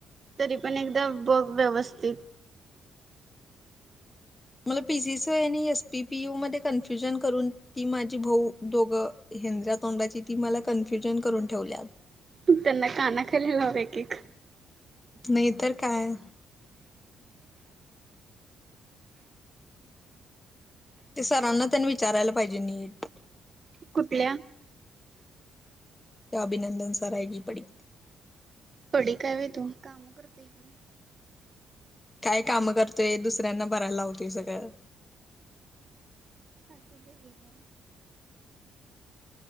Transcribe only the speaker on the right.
तरी पण एकदा बघ व्यवस्थित.
त्यांना काना खाली लाव एक एक.
कुठल्या
पडी काय वय तू कामं करतेय ती
असुदे घे गं.